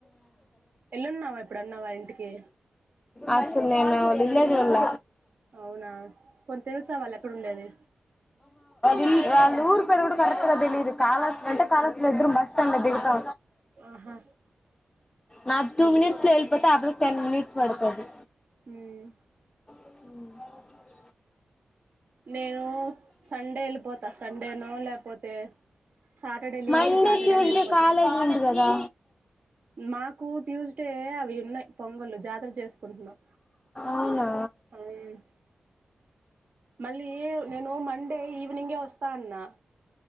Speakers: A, on the right; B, on the left.
A: ఎల్లినావ ఇప్ అప్పుడన్నా వా ఇంటికి
B: అసలు నేను లేళ్ళే చుల్ల
A: అవునా పోనీ తెలుసా వాళ్ళు ఎక్కడ ఉండేది
B: ఇల్ వాళ్ళు ఊరు పేరు కూడా కరెట్గా తెలియదు. కాలహస్త్రి అంటే కాలహస్త్రి లో ఇద్దరు బస్ స్టాండ్ లో దిగుతా
A: ఆహా
B: నాది టూ మినిట్స్ లో ఆ పిల్ల కి టెన్ మినిట్స్ పడుతుది
A: ఊం
B: అ
A: నేను సండే వెళ్ళిపోతా. సండేనో లేకపోతే సాటర్డే లీవ్సి
B: మండే
A: సాటర్డే
B: ట్యూస్డే
A: నో వెళ్ళిపోతా.
B: కాలేజ్ ఉంది కదా
A: మాకు ట్యూస్డే అవి ఉన్నాయి పొంగలు జాతర చేసుకుంటున్నాం
B: అవునా
A: హ్మ్ ఉ మళ్ళీ నేను మండే ఈవినింగే వస్తా. అన్నా